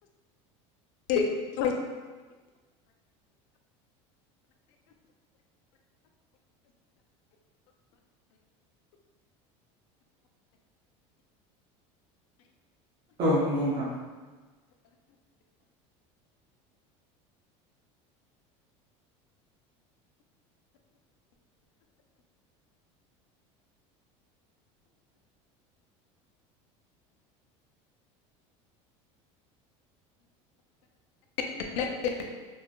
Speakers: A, on the left (about 80°); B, on the right (about 35°).
A: <unintelligible> <unintelligible>
B: औ नंगौ नोंथां
A: <unintelligible>